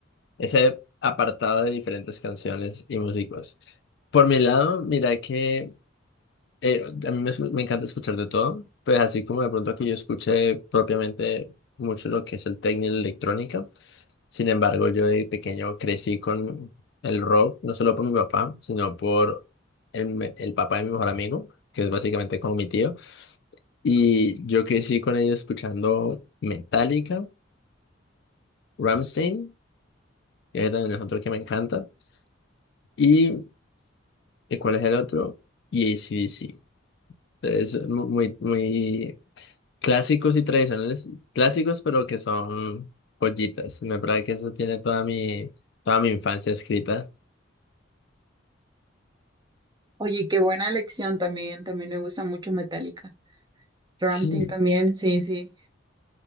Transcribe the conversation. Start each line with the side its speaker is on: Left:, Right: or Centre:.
Left: ese apartado de diferentes canciones y músicos. Por mi lado, mira que eh, a mí me, escu- me encanta escuchar de todo, pues así como de pronto que yo escuché propiamente mucho lo que es el techno y la electrónica. Sin embargo, yo de pequeño crecí con el rock, no solo por mi papá, sino por el, me- el papá de mi mejor amigo, que es básicamente como mi tío. Y yo crecí con ellos escuchando Metallica, Rammstein, que es también es otro que me encanta. ¿Y ¿y cuál es el otro? Y ac Entonces, mu- muy, muy Clásicos y tradicionales, clásicos pero que son joyitas. Me parece que eso tiene toda mi, toda mi infancia escrita.
Right: Oye, qué buena elección también, también me gusta mucho Metallica. Rammstein
Left: Sí.
Right: también, sí, sí.